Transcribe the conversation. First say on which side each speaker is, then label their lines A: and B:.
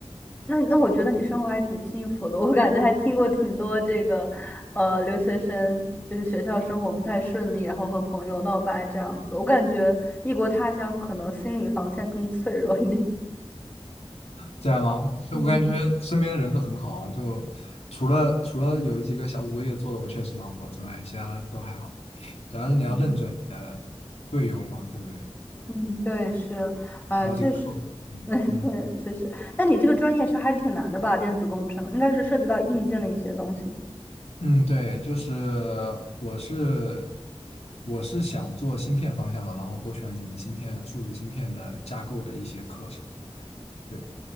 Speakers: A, on the left; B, on the left.
A: 那那我觉得你生活还挺幸福的，我感觉还听过挺多这个呃留学生就是学校生活不太顺利，然后和朋友闹掰这样子，我感觉异国他乡可能心理防线更脆弱一点，
B: 这样吗？就我感觉身边的人都很好啊，
A: <laughs> 嗯
B: 就除了除了有几个小组作业做的我确实恼火之外，其他都还好，主要是你要认准
A: 嗯
B: 队友嘛，对不对？
A: 嗯，对，是，啊、
B: 然后几个靠谱，
A: 确实，
B: 嗯嗯。
A: <laughs> 嗯，确实。那你这个专业是还是挺难的吧？电子工程应该是涉及到硬件的一些东西。
B: 嗯，对，就是我是我是想做芯片方向的，然后多选几门芯片、数字芯片的架构的一些课程。对，